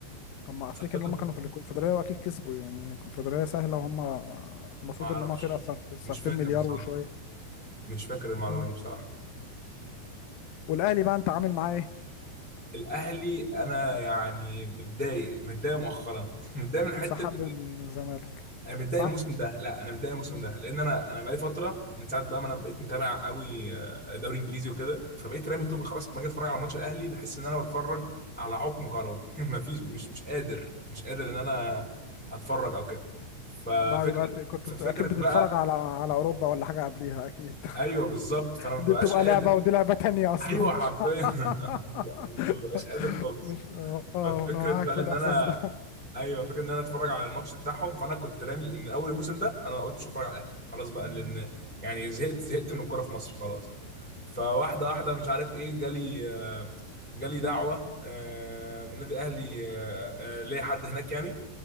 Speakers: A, on the left; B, in the centre.
A: هم افتكر
B: بس اعتقد
A: ان هم كانوا في الكونفدرالية واكيد كسبوا يعني الكونفدرالية سهلة وهم آه، المفروض
B: ما اعرفش
A: ان هم فرقة صرف صارفين
B: مش فاكر
A: مليار
B: بصراحه
A: وشوية
B: مش فاكر المعلومة
A: مم.
B: دي بصراحة
A: والاهلي بقى انت عامل معاه ايه؟
B: الأهلي أنا يعني متضايق متضايق مؤخرا <laughs> متضايق من حتة
A: انسحاب من الزمالك
B: أنا متضايق
A: صح؟
B: الموسم ده لا أنا متضايق الموسم
A: مم.
B: ده لأن أنا أنا بقالي فترة من ساعة بقى ما أنا بقيت متابع قوي آه، دوري إنجليزي وكده فبقيت رامي
A: مم.
B: طوب خلاص لما أجي أتفرج على ماتش الأهلي بحس إن أنا بتفرج على عقم كروي <laughs> مفيش مش مش قادر مش قادر إن أنا أتفرج أو كده ففكرة
A: ما يبقى كنت
B: ففكرة
A: بت- اكيد
B: بقى
A: بتتفرج على على اوروبا ولا حاجة قبليها اكيد
B: أيوه بالظبط فأنا ما
A: دي
B: ببقاش
A: بتبقى
B: قادر
A: لعبة ودي لعبة تانية أصلا
B: أيوه
A: مش
B: حرفيا
A: <laughs>
B: <laughs> ما ببقاش قادر خالص
A: مش اه اه
B: ففكره
A: أنا معاك
B: بقى
A: في
B: ان
A: الإحساس
B: انا
A: ده
B: ايوه فكره ان انا اتفرج على الماتش بتاعهم فانا كنت رامي من اول الموسم ده انا قلت مش هتفرج على الاهلي خلاص بقى لان يعني زهقت زهقت من الكوره في مصر خلاص فواحده واحده مش عارف ايه جالي آه، جالي دعوه آه، من نادي الاهلي آه، آه، ليا حد هناك يعني